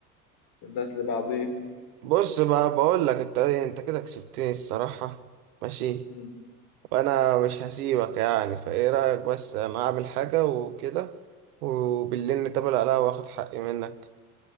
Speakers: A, on the left (about 55°); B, on the right (about 70°).
A: الناس لبعضيه
B: بص بقى بقول لك أنت إيه، أنت كده كسبتني الصراحة ماشي
A: مم.
B: وأنا مش هسيبك يعني فإيه رأيك بس أنا أعمل حاجة وكده وبالليل نتقابل عليها وآخد حقي منك